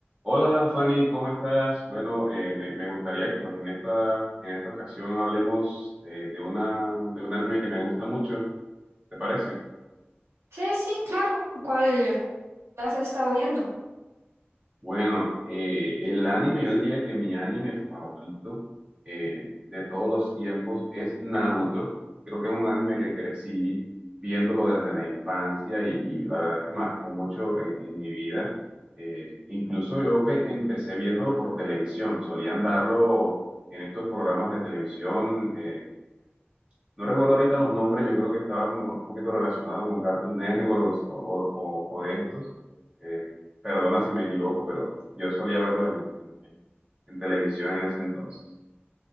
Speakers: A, on the right (about 25°); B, on the right (about 80°).
A: Hola Fanny, ¿cómo estás? Bueno, eh, me, me gustaría que pues en esta, en esta ocasión hablemos eh, de una, de un anime que me gusta mucho, ¿te parece?
B: Sí, sí, claro. ¿Cuál has estado viendo?
A: Bueno, eh, el anime, yo diría que mi anime favorito eh, de todos los tiempos es Naruto. Creo que es un anime que crecí viéndolo desde la infancia y, y la verdad es que marcó mucho en, en mi vida. Eh, incluso yo pe- empecé viéndolo por televisión. Solían darlo en estos programas de televisión. eh, no recuerdo ahorita los nombres, yo creo que estaba como un poquito relacionado con Cartoon Network o, los- o, o- o de estos. Eh, perdona si me equivoco, pero yo solía verlos en, en en- en televisión en ese entonces.